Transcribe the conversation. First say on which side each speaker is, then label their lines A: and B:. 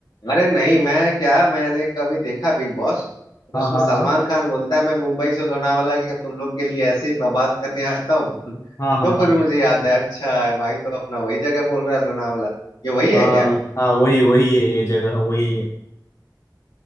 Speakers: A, on the left; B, on the left.
A: अरे नहीं मैं क्या मैंने कभी देखा बिग बॉस तो
B: हाँ
A: उसमें
B: हाँ
A: सलमान
B: हाँ
A: खान बोलता है मैं मुंबई से लोनावाला गया तुम लोग के लिए ऐसे ही बात करने आता हूँ <laughs>
B: हाँ हाँ
A: तो फिर
B: हाँ
A: मुझे याद है अच्छा है भाई तो अपना वही जगह बोल रहा है लोनावाला ये वही है
B: हाँ
A: क्या
B: हाँ वही वही है ये जगह वही है